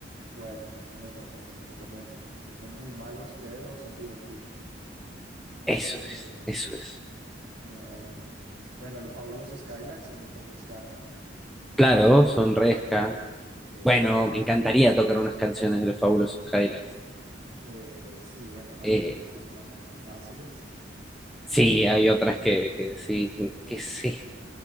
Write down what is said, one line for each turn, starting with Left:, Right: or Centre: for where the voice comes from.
Right: bueno, calzones rotos, te los recomiendo, porque son muy malos, pero son divertidos.
Centre: Eso
Right: Eh,
Centre: es, eso es.
Right: eh, bueno, los fabulosos Cadillacs son un poco ska, ¿no?
Centre: Claro, son re ska.
Right: Eh,
Centre: Bueno, me encantaría tocar unas canciones de los Fabulosos Cadillacs.
Right: eh, sí, bueno, hay
Centre: Eh,
Right: algunas que son más o menos fáciles. eh.
Centre: sí, hay otras que, que sí. ¿Qué es esto?